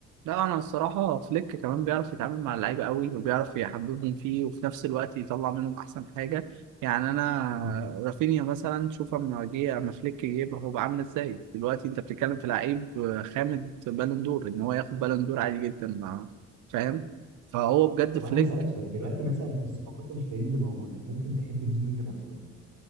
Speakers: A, on the right; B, on the right.
A: لا انا الصراحه فليك كمان بيعرف يتعامل مع اللعيبه قوي وبيعرف يحببهم فيه وفي نفس الوقت يطلع منهم احسن حاجه يعني انا
B: مم.
A: رافينيا مثلا شوف اما جه اما فليك جه يبقى هو بعمل ازاي دلوقتي انت بتتكلم في لعيب خامد بالون دور ان هو ياخد بالون دور عادي جدا مع فاهم فهو بجد
B: طب
A: فليك
B: أنا هسألك سؤال دلوقتي مثلا بالصفقات الفري اللي موجودة ممكن تحب تجيب مين لبرشلونة؟